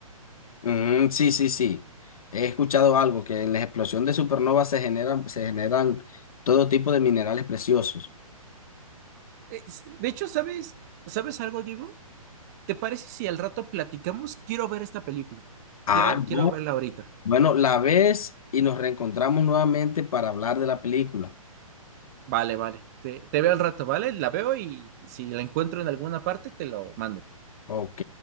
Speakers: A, on the left; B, on the right.
A: Mm, sí, sí, sí. He escuchado algo, que en la explosión de supernovas se generan, se generan todo tipo de minerales preciosos.
B: Eh, s- De hecho, ¿sabes, sabes algo, Diego? ¿Te parece si al rato platicamos? Quiero ver esta película.
A: Ah,
B: Quiero, quiero
A: no.
B: verla ahorita.
A: Bueno, la ves y nos reencontramos nuevamente para hablar de la película.
B: Vale, vale. Te, te veo al rato, ¿vale? La veo y si la encuentro en alguna parte, te lo mando.
A: Ok.